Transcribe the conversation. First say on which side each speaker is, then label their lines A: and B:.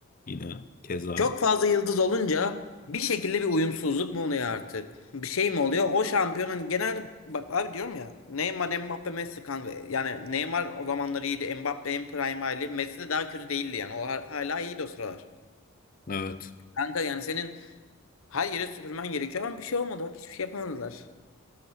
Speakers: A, on the left (about 40°); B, on the left (about 75°).
A: yine keza.
B: Çok fazla yıldız olunca bir şekilde bir uyumsuzluk mu oluyor artık? Bir şey mi oluyor? O şampiyon hani genelde bak abi diyorum ya Neymar, Mbappe, Messi kanka. Yani Neymar o zamanlar iyiydi. Mbappe en prime hali. Messi de daha kötü değildi yani. O ha- hala iyiydi o sıralar.
A: Evet.
B: Kanka yani senin her yere süpürmen gerekiyor ama bir şey olmadı. Bak hiçbir şey yapamadılar.